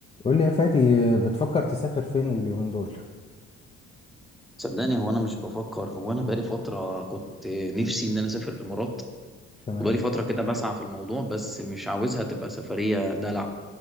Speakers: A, on the left (about 20°); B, in the centre.
A: قول لي يا فادي آه، بتفكر تسافر فين اليومين دول
B: صدقني هو انا مش بفكر هو انا بقالي فتره كنت نفسي ان انا اسافر الامارات
A: تمام
B: وبقالي فتره كده بسعى في الموضوع بس مش عاوزها تبقى سفريه دلع